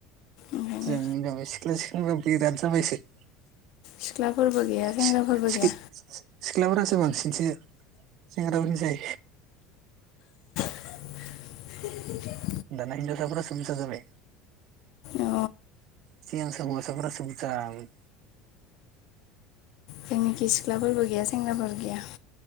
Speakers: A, on the left (about 50°); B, on the right (about 50°).
A: ओंखायनो
B: जोंनि जाय सिख्ला सिख्ला अत्यावश्यक
A: सिख्लाफोरबो गैया सेंग्राफोरबो
B: सि-सिखि-सि-सि-सिख्लाफोरासो
A: गैया
B: बांसिनसो सेंग्राफोरनिसाय
A: <inaudible>
B: दाना हिनजावसाफोरासो बुरजा जाबाय
A: अ
B: सिगां समाव हौवासा फोरासो बुरजामोन
A: जोंनिखि सिख्लाफोरबो गैया सेंग्राफोरबो गैया